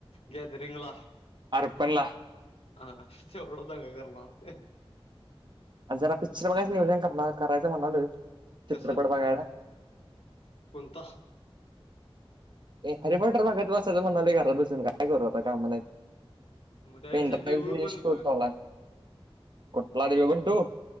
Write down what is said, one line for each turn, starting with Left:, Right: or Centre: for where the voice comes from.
Left: गॅदरिंग ला.
Right: अर पणला
Left: हा तेवढा दंग करणार.
Right: जरा पिक्चर बघायचं नियोजन करणार करायचं म्हणालो चित्रपट
Left: कसलं
Right: बघायला.
Left: कोणता?
Right: हरे फटर भागात बसायचं म्हणाले घरात बसून काय करू आता का म्हणा.
Left: मग त्यापेक्षा
Right: पेनड्राव्ह
Left: देऊळ पण
Right: श
Left: बघ
Right: होतलाय. कुठला देव बण तू